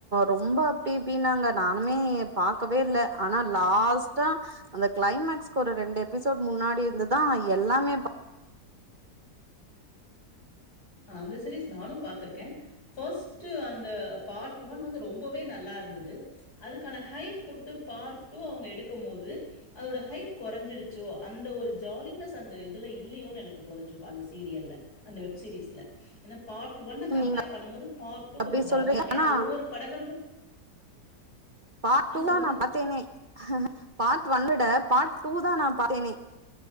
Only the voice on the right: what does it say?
ரொம்ப இப்டி இப்டின்னாங்க நானுமே பாக்கவே இல்ல ஆனா லாஸ்ட்டா அந்த கிளைமேக்ஸ்க்கு ஒரு ரெண்டு எபிசோட் முன்னாடி இருந்துதா எல்லாமே
பாத்து.
நீங்க
அப்டி
சொல்றீங்க
ஆனா
பார்ட்
டூ
வா நா பாத்தேனே பார்ட் ஒன் விட பார்ட் டூ தா நா பாத்தேனே